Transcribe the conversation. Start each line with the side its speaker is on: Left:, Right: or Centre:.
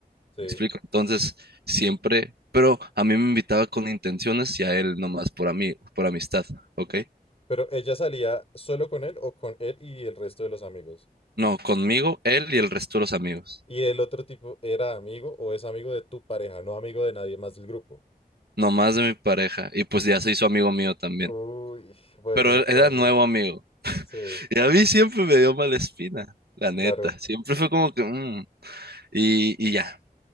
Left: sí.
Right: ¿Me explico? Entonces, siempre, pero a mí me invitaba con intenciones y a él nomás por mí, por amistad, ¿ok?
Left: Pero ella salía solo con él o con él y el resto de los amigos.
Right: No, conmigo, él y el resto de los amigos.
Left: Y el otro tipo era amigo o es amigo de tu pareja, no amigo de nadie más del grupo.
Right: Nomás de mi pareja. Y pues ya se hizo amigo mío también.
Left: Uy, bueno,
Right: Pero
Left: y entonces,
Right: él era nuevo amigo.
Left: sí,
Right: Y a mí siempre me dio mala espina, la neta.
Left: claro.
Right: Siempre fue como que... mm, Y, y ya,